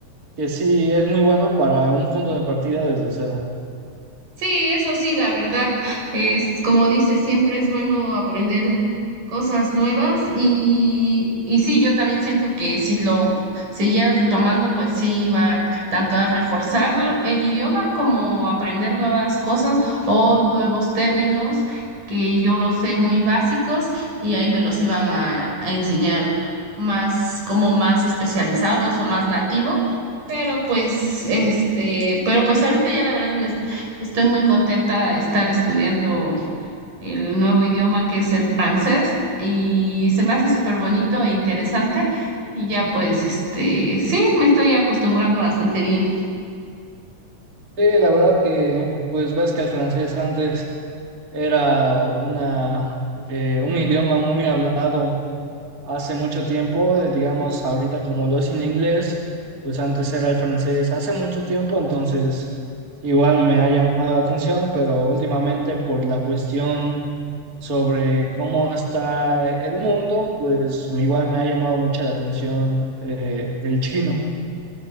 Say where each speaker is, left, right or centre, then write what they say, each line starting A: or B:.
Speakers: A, on the right; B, on the right.
A: que sí es muy bueno para un punto de partida desde cero.
B: Sí, eso sí, la verdad, es como dice, siempre es bueno aprender cosas nuevas y, y sí, yo también siento que si lo siguiera retomando, pues sí va tanto a reforzar lo- el idioma como aprender nuevas cosas o nuevos términos que yo los sé muy básicos y ahí me los iban a, a enseñar más, como más especializados o más nativo. Pero pues, este, pero pues ahorita ya la verdad me Estoy muy contenta de estar estudiando el nuevo idioma que es el francés y se me hace súper bonito e interesante y ya pues este, sí, me estoy acostumbrando bastante bien.
A: Sí, la verdad que, pues ves que el francés antes era una, eh, un idioma muy hablado hace mucho tiempo, eh, digamos ahorita como lo es en inglés, pues antes era el francés hace mucho tiempo, entonces igual me ha llamado la atención, pero últimamente por la cuestión sobre cómo está el mundo, pues igual me ha llamado mucha la atención eh, el chino.